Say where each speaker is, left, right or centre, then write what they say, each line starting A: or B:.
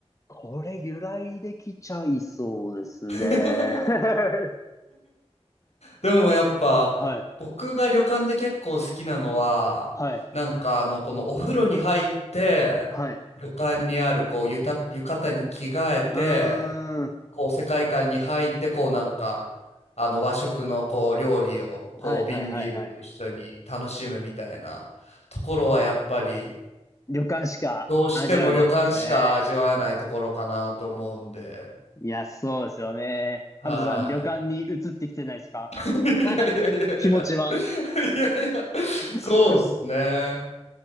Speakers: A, on the left (about 30°); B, on the left (about 70°).
A: これ由来できちゃいそうですね。
B: <laughs>
A: <laughs>
B: でもやっぱ僕が旅館で結構好きなのはなんかあのこのお風呂に入って旅館にあるこうゆた浴衣に着替えて
A: はい。はい。はい。うーん。
B: こう世界観に入ってこうなんかあの和食のこう料理をこう瓶ビールと一緒に楽しむみたいなところはやっぱり
A: はいはいはいはい。旅館しか味わえないですよね。
B: どうしても旅館しか味わえないところかなと思うんで、
A: いや、そうですよね。
B: はい。
A: ハルトさん、旅館に移ってきてないですか
B: いやいやいやいや。
A: <laughs> 気持ちは。
B: いやいや、
A: <laughs>
B: そうっすね。